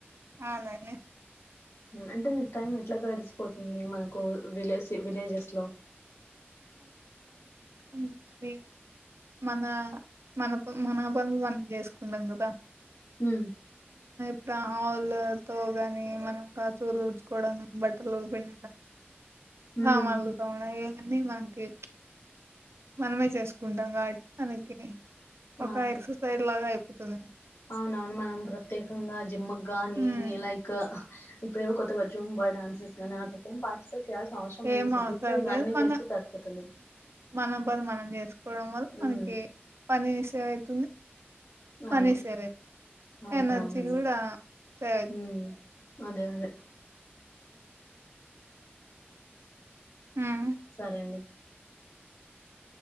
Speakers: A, on the right; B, on the left.
A: అనను
B: అంటే మీకు టైం ఎట్లా గడిసిపోతుంది మనకు విలే విలేజెస్ లో
A: మనీ మన మన మన పనులు మనం చేసుకుంటాం కదా
B: హమ్
A: ఇప్పుడ ఆల్ త కాగాని మనం కాసు డ్చుకోవడా బట్టలు పెం
B: ఉమ్
A: హ మనలుత ఉన అన్నీ మనకి మనమే చేసుకుంటాం కాట్ మననికి ఒక
B: అవును
A: ఎక్సర్సైజ్ లాగా అయిపోతుంది
B: అవునవును మనం ప్రత్యేకంగా జిమ్ గాని
A: ఉమ్
B: లైక్ ఇప్పుడే కొత్తగా జూమ్ డాన్సెస్ కానీ వాక ఏం పార్టిసిపేట్ చేయాల్సిన అవసరం లేదు
A: ఏం
B: సిటీస్
A: అవసరం
B: లో ఇవన్నీ
A: లేరు మన
B: చేస్తే సరిపోతుంది
A: మనబరి మనం చేసుకోవడం వల్ల
B: ఉమ్
A: మనకి పనిసేవైతుంది
B: అవును
A: మనీ సేవ అవుతుంది
B: అవునవునండి
A: ఎనర్జీ కూడా సేవ అవుతుంది
B: ఉమ్ అదే అదే
A: ఉమ్
B: సరే అండి